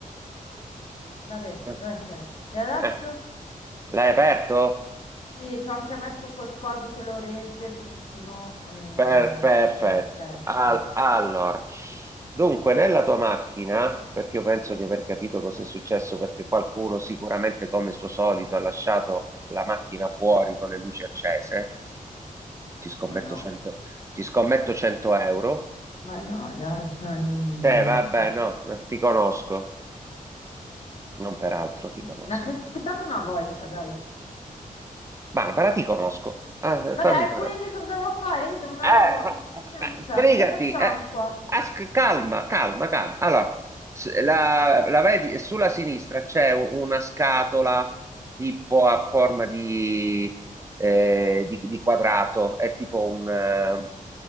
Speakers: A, on the left (about 45°); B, on the right (about 20°).
A: Vabbè,
B: Eh,
A: ok. E adesso?
B: eh, l'hai aperto?
A: Sì, ci ho anche messo quel coso che lo regge perché sennò eh,
B: Per- perfetto.
A: viene in testa.
B: Al- allora, dunque, nella tua macchina, perché io penso di aver capito cosa è successo, perché qualcuno sicuramente, come suo solito, ha lasciato la macchina fuori con le luci accese. Ci scommetto
A: Ma no,
B: 100, ci scommetto 100 euro.
A: ma no, dai, cioè non...
B: Te, vabbè, no,
A: <laughs>
B: ti conosco. Non peraltro, ti
A: Mi
B: conosco.
A: è capitato una volta, dai.
B: Barbara, ti conosco. Ah,
A: Vabbè,
B: fammi fare.
A: quindi cosa devo fare? Io devo andare
B: Eh,
A: al lavoro, questo tizio non c'è,
B: sbrigati,
A: come facciamo
B: eh,
A: qua?
B: as- calma, calma, calma. Allora, s- la, la vedi, sulla sinistra c'è u- una scatola tipo a forma di, eh, di- di quadrato, è tipo un, eh,